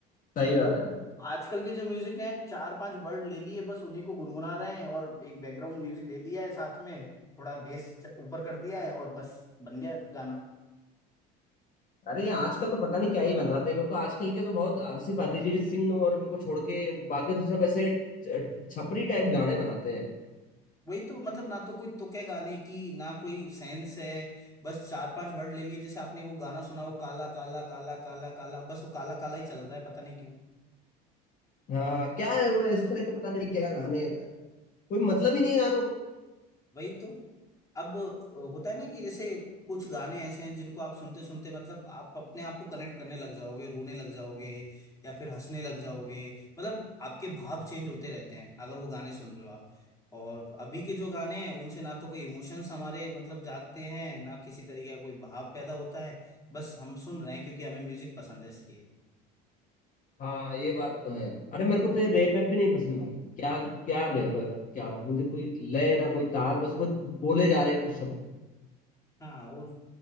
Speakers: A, on the left (about 40°); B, on the left (about 15°).
A: सही बात
B: और
A: है
B: आजकल के जो म्यूजिक हैं चार पांच वर्ड ले लिए बस उन्हीं को गुनगुना रहे हैं और एक बैकग्राउंड म्यूजिक दे दिया है साथ में थोड़ा बेस ऊपर कर दिया है और बस बन गया गाना
A: अरे ये आजकल तो पता नहीं क्या ही बनाते हैं मेरे को आजकल के तो बहुत सिर्फ अरिजीत सिंह और इनको छोड़ के बाकी तो सब ऐसे छ- छपरी टाइप गाने बनाते हैं
B: वही तो मतलब ना तो कोई तुक है गाने की ना कोई सेंस है बस चार पांच वर्ड ले लिए जैसे आपने वो गाना सुना वो काला काला काला काला काला बस वो काला काला ही चल रहा है पता नहीं क्यों
A: हाँ क्या है वो इस तरह के पता नहीं क्या गाने कोई मतलब ही नहीं है गानों का
B: वही तो अब होता है ना कि जैसे कुछ गाने ऐसे हैं जिनको आप सुनते सुनते मतलब आप अपने आप को कनेक्ट करने लग जाओगे रोने लग जाओगे या फिर हंसने लग जाओगे मतलब आपके भाव चेंज होते रहते हैं अगर वो गाने सुन रहे हो आप और अभी के जो गाने हैं उनसे ना तो कोई इमोशंस हमारे मतलब जागते हैं ना किसी तरीके का कोई भाव पैदा होता है बस हम सुन रहे हैं क्योंकि हमें म्यूजिक पसंद है इसलिए
A: हाँ ये बात तो है अरे मेरे को तो ये रैप भी नहीं पसंद भाई क्या क्या रैप क्या मुझे कोई लय ना कोई ताल बस वो बोले जा रहे हैं कुछ शब्द
B: हाँ और